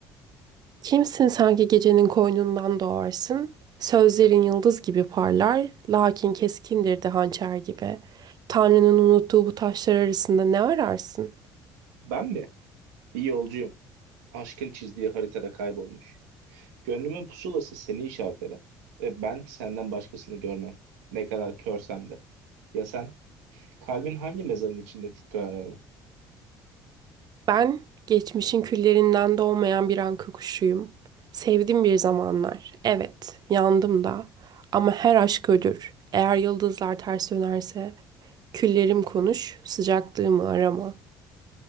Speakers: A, on the right (about 45°); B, on the right (about 85°).
A: Kimsin sanki gecenin koynundan doğarsın? Sözlerin yıldız gibi parlar, lakin keskindir de hançer gibi. Tanrı'nın unuttuğu bu taşlar arasında ne ararsın?
B: Ben mi? Bir yolcuyum. Aşkın çizdiği haritada kaybolmuş. Gönlümün pusulası seni işaret eder. Ve ben senden başkasını görmem. Ne kadar körsem de. Ya sen? Kalbin hangi mezarın içinde titrer?
A: Ben geçmişin küllerinden doğmayan bir anka kuşuyum. Sevdim bir zamanlar. Evet, yandım da. Ama her aşk ölür. Eğer yıldızlar ters dönerse, küllerim konuş, sıcaklığımı arama.